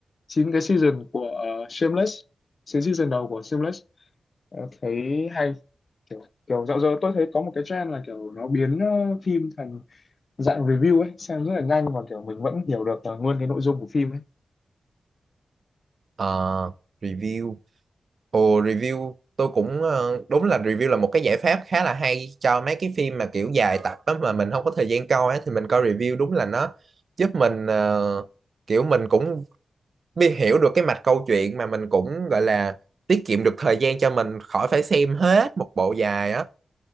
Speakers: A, on the left; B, on the right.
A: 9 cái season của ờ, Shameless 9 season đầu của Shameless Ờ, thấy hay kiểu kiểu dạo giờ tôi thấy có một cái trend là kiểu nó biến ờ, phim thành dạng review ấy xem rất là nhanh và kiểu mình vẫn hiểu được ờ, nguyên cái nội dung của phim ấy
B: Ờ, review ồ review tôi cũng ờ, đúng là review là một cái giải pháp khá là hay cho mấy cái phim mà kiểu dài tập á, mà mình không có thời gian coi á, thì mình coi review đúng là nó giúp mình ờ, kiểu mình cũng bi hiểu được cái mạch câu chuyện mà mình cũng gọi là tiết kiệm được thời gian cho mình khỏi phải xem hết một bộ dài á